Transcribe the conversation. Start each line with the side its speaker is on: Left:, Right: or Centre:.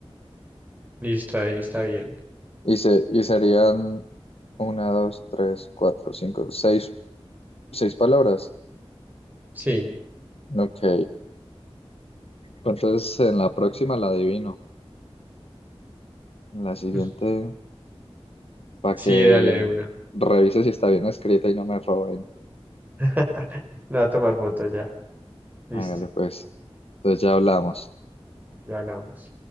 Right: Listo, ahí está bien.
Left: Y, se, y serían una, dos, tres, cuatro, cinco, seis, seis palabras.
Right: Sí,
Left: Ok. Entonces en la próxima la adivino. En la siguiente,
Right: <laughs>
Left: para
Right: sí,
Left: que
Right: dale de una.
Left: revise si está bien escrita y no me roben.
Right: <laughs> Le voy a tomar foto ya. Listo,
Left: Hágale pues. Entonces ya hablamos.
Right: ya hablamos.